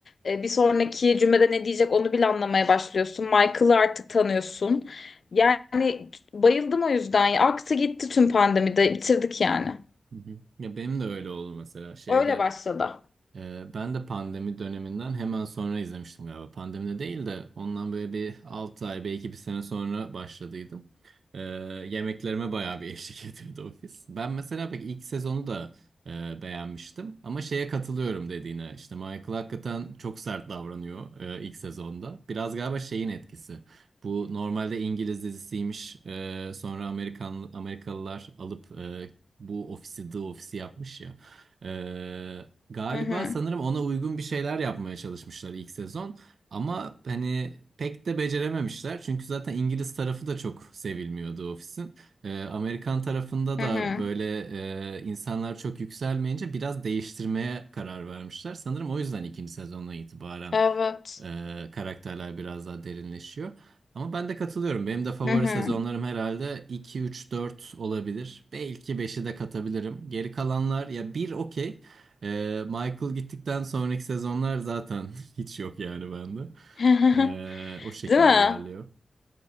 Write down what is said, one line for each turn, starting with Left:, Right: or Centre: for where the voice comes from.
Left: e, bir sonraki cümlede ne diyecek onu bile anlamaya başlıyorsun. Michael'ı artık tanıyorsun. Yani bayıldım o yüzden. ya. Aktı gitti tüm pandemide bitirdik yani.
Right: Hı hı. Ya benim de öyle oldu mesela şeyde.
Left: Öyle başladı.
Right: Ee, ben de pandemi döneminden hemen sonra izlemiştim galiba. Pandemide değil de ondan böyle bir 6 ay belki bir sene sonra başladıydım. Ee, yemeklerime bayağı bir eşlik <laughs> ediyordu ofis. Ben mesela pek ilk sezonu da e, beğenmiştim. Ama şeye katılıyorum dediğine. İşte Michael hakikaten çok sert davranıyor e, ilk sezonda. Biraz galiba şeyin etkisi. Bu normalde İngiliz dizisiymiş. E, sonra Amerikan, Amerikalılar alıp e, bu ofisi The Office'i yapmış ya. Ee, Galiba
Left: Hı hı.
Right: sanırım ona uygun bir şeyler yapmaya çalışmışlar ilk sezon. Ama hani pek de becerememişler. Çünkü zaten İngiliz tarafı da çok sevilmiyordu ofisin. Ee, Amerikan tarafında
Left: Hı
Right: da
Left: hı.
Right: böyle e, insanlar çok yükselmeyince biraz değiştirmeye karar vermişler. Sanırım o yüzden ikinci sezondan itibaren
Left: Evet.
Right: e, karakterler biraz daha derinleşiyor. Ama ben de katılıyorum. Benim de favori
Left: Hı hı.
Right: sezonlarım herhalde iki üç 4 olabilir. Belki beşi de katabilirim. Geri kalanlar ya bir okey. Ee, Michael gittikten sonraki sezonlar zaten <laughs> hiç yok yani bende.
Left: <laughs>
Right: Ee, o şekilde
Left: Değil mi?
Right: ilerliyor.